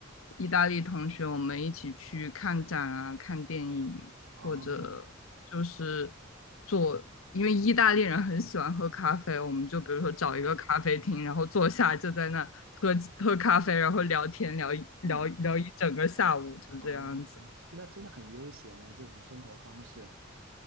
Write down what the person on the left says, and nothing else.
意大利同学，我们一起去看展啊、看电影，
或者就是做，因为意大利人很喜欢喝咖啡，我们就比如说找一个咖啡厅，
然后坐下就在那喝喝咖啡，然后聊天聊一聊聊一整个下午，
就这样子。